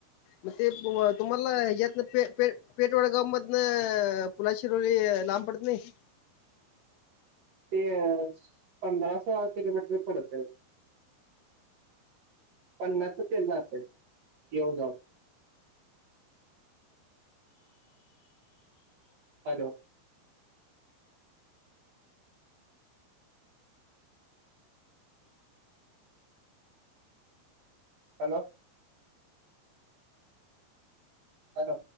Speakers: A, on the left; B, on the right.
A: मग ते तुम्हाला यातन. पेठवडा गाव मधन पुला शिरोवली लांब पडत नाही.
B: ते अ पंधरा सोळा किलोमीटर पडत. पन्नाच तेनाच येऊन जाऊन. हॅलो. हॅलो. हॅलो